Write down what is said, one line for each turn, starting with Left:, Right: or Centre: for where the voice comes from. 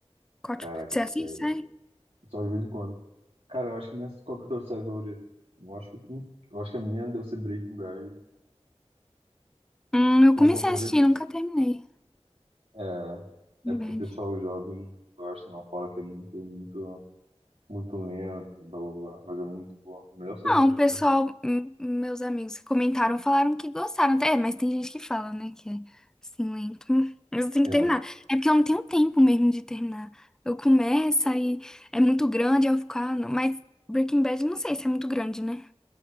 Centre: Qual
Right: Caraca,
Centre: tipo- Você assiste
Right: série.
Centre: série?
Right: Só de vez em quando. Cara, eu acho que minha. Qual que é a tua série favorita? Eu acho que, hum, eu acho que a minha deve ser Breaking Bad.
Centre: Hum, eu
Right: Tem
Centre: comecei
Right: alguma favorita?
Centre: a assistir, nunca terminei.
Right: É.
Centre: Bad.
Right: É porque o pessoal jovem gosta, não fala que é muito, muito. muito lenta, blá blá blá, mas é muito boa. A melhor série
Centre: Não,
Right: dos
Centre: o pessoal,
Right: tempos.
Centre: hum, meus amigos que comentaram, falaram que gostaram. até, É, mas tem gente que fala, né, que é assim, lento. Hum, Mas eu tenho
Right: É.
Centre: que terminar. É porque eu não tenho tempo mesmo de terminar. Eu começo, aí é muito grande, aí eu fico, ah, não. Mas Breaking Bad, não sei se é muito grande, né?